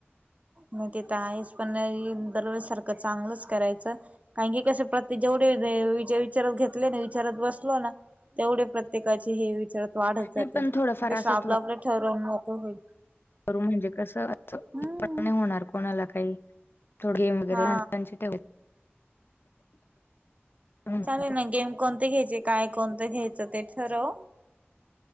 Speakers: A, on the right; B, on the left.
A: हम ते तर आहेच पण दरवेळेज सारखं चांगलंच करायचं. कारन <unintelligible> की कसे प्रत जेवढे वि विचारत घेतले ना विचारत बसलो ना तेवढे प्रत्येकाचे हे विचारात वाढत जातेे
B: नाही पण
A: नाहित
B: थोडंफार असं
A: आपलं आपलं ठरवून मोकळं होईल.
B: कर म्हणजे कसं अस
A: हम्म
B: होणार कोणाला काही थोड गेम वगैरे
A: हा
B: ल ठेव. तर होऊन जातं.
A: चालेल ना गेम कोणते घ्यायचे काय कोणतं घ्यायचं ते ठरव